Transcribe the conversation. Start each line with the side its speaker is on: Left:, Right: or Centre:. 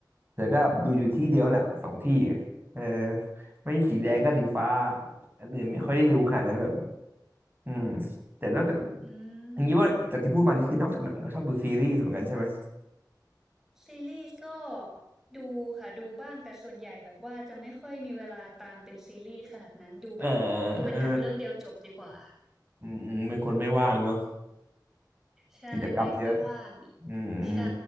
Right: แต่ก็ดูอยู่ที่เดียวน่ะสองที่เออไม่สีแดงก็สีฟ้าอันอื่นไม่ค่อยได้ดูขนาดนั้นแบบอืมแต่นอกจาก
Centre: อืม
Right: อย่างนี้ว่าจากที่พูดมานี่คือนอกจากหนังก็ชอบดูซีรีส์เหมือนกันใช่ไหม
Centre: ซีรีส์ก็ดูค่ะดูบ้างแต่ส่วนใหญ่แบบว่าจะไม่ค่อยมีเวลาตามเป็นซีรีส์ขนาดนั้นดูแบบดูเป็นหนังเรื่องเดียวจบดีกว่า
Right: เอออืมอืมเป็นคนไม่ว่างเนอะ
Centre: ใช่ไม่ค่อยว่าง
Right: กิจกรรมเยอะอืมอืม
Centre: ใช่